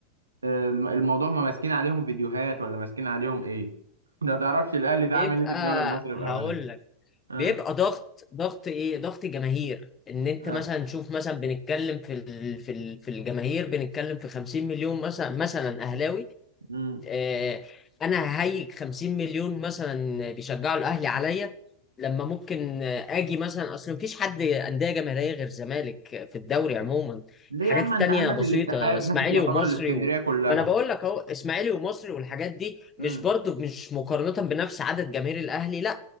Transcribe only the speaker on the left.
بيبقى
هقول لك
بيبقى ضغط ضغط ايه ضغط جماهير ان انت
مثلا شوف مثلا بنتكلم في ال... في ال... في الجماهير بنتكلم في 50 مليون مثلا مثلا اهلاوي
آه، انا ههيج 50 مليون مثلا بيشجعوا الاهلي عليا لما ممكن آه، اجي مثلا اصل مفيش حد انديه جماهيريه غير الزمالك في الدوري عموما
الحاجات
التانية
بسيطه
اسماعيلي
ومصري
و...
ما انا بقول لك اهو اسماعيلي ومصري والحاجات دي
مش برضو مش مقارنه بنفس عدد جماهير الاهلي لا